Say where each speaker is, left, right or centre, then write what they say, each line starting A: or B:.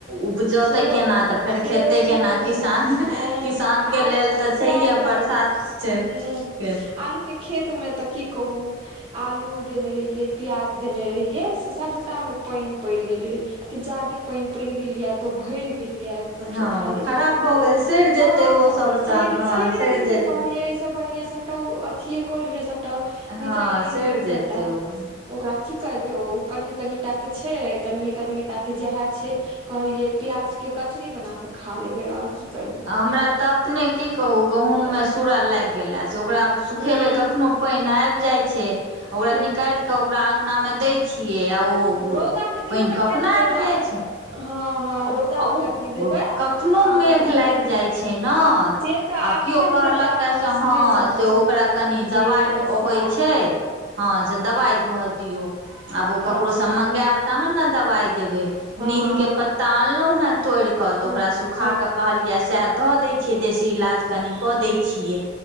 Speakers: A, on the right; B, on the right.
A: उपजतै
B: सेहो
A: केना तऽ फेर
B: से
A: खेतै
B: से
A: केना
B: हो
A: किसान
B: छै अ
A: किसान के
B: आल
A: लेल
B: सेहाय
A: तऽ छैहे
B: तऽ
A: बरसात छै
B: हू
A: के
B: आलू के खेत मे तऽ की कहू आलू देने रहियै प्याज देने रहियै से सबटा मे पानि पड़ि गेलै कि ज्यादे पानि पड़ि गेल या तऽ भरि गेलियै एकदम
A: हँ
B: से थाले
A: खराब
B: थाल
A: भऽ
B: हो गेल
A: सड़ि
B: खराब
A: जेतै ओ
B: भ
A: सभटा
B: गेलै शैरे
A: हँ
B: शरे
A: सड़ि
B: जते
A: जेतै
B: कहलिये इ सब बढ़िया सबटा अथिये कलिए सब तऽ निकाले
A: हँ
B: लियौ
A: सड़ि
B: सबटा
A: जेतै ओ
B: ओकरा की करबै ओ कनि कनि टा के छै कनिये कनिए टा के जहे छै कहलिये प्याज के क कचड़ी बनााकऽ खा लेबै आओर की करबै
A: हमरा तऽ अपने की कहु गहूंम में सूरा लागि गेला से ओकरा सुखेबे
B: हूँ
A: कखनो पानि आबि जाय छै ओकरा निकाल
B: हूँ
A: के ओकरा अंगना मऽ दै छियै आ ओ
B: रौदा मे दियौ
A: पानि
B: ने
A: कखना
B: किया ने रौदा
A: आबि जाइ छै
B: हँ हँ
A: आब
B: रौदा
A: आबु
B: मे कनि देबै
A: कखनो
B: तहन
A: मेघ
B: जाकऽ
A: लागि जाइ छै ने
B: से तऽ
A: आब
B: अखन
A: केओ कहलक
B: के तऽ मौसमे
A: से हँ
B: सएह
A: से
B: छै
A: ओकरा कनी दवाई
B: जेठ बरसाइत
A: अबै छै हँ से दवाई धऽ दियौ आब ओ ककरो
B: अच्छा
A: सब मंगायब तहन नऽ दवाई देबे
B: हँ
A: नीम
B: हँ
A: के पत्ता
B: हँ
A: अनलहुँ हऽ तोड़ि कऽ तऽ
B: हँ
A: ओकरा सुखा
B: हँ
A: कऽ कहलियै सएह धऽ दै छियै देशी इलाज कनि कऽ दै छियै